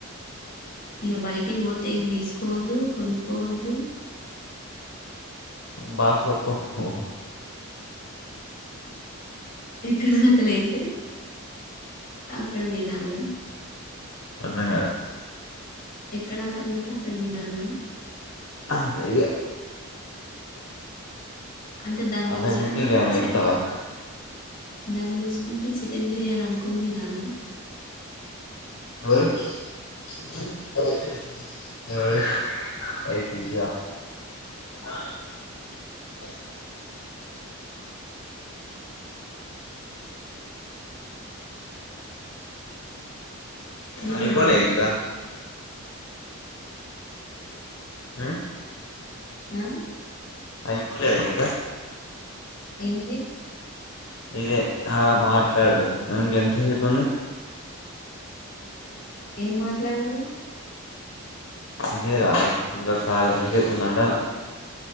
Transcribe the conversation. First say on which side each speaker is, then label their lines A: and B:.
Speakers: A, on the left; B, on the left.
A: ఇగా బయటి పోతే ఏం తీసుకోవద్దు కొనుక్కోవద్దు
B: బాక్స్ వట్కోనీ పో
A: ఎక్కడ ఆకలయితే అక్కడ తినాల
B: అర్ధంగాలే
A: ఎక్కడ ఆకలైతే అక్కడ తినాల
B: అంతే ఇగ
A: అంటే దాన్ని
B: అంతకు
A: చూసుకుంట
B: మించి ఇంకేమైనా
A: అచ్చినా
B: చేస్తావా
A: దాన్ని చూసుకుంటు చికెన్ బిర్యానీ అనుకోనీ దినాలా
B: <unintelligible>
A: ఏమేమి
B: అయిపోలే ఇంగా ఊ
A: ఆ
B: అయ పోలేదా ఇంకా
A: ఏంటి
B: ఇదే ఆ మాట్లాడు ఇంకెంతసేపుంది
A: ఎమ్ మాట్లాడుడు
B: ఇదే రా ఇంకా కాల్ ఎంజేపు ఉందంటనా